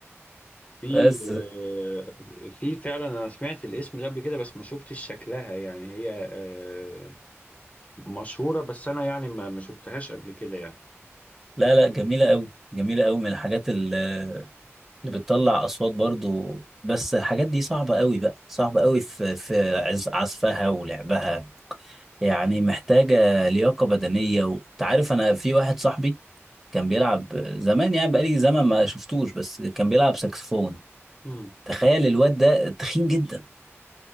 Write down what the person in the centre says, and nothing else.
بس
لا لا جميلة قوي جميلة قوي من الحاجات ال- اللي بتطلع اصوات برضو بس الحاجات دي صعبة قوي بقى صعبة قوي في في عز- عزفها ولعبها يعني محتاجة لياقة بدنية وانت عارف انا في واحد صاحبي كان بيلعب زمان يعني بقالي زمن ما شفتوش بس كان بيلعب ساكسفون
تخيل الواد ده تخين جدا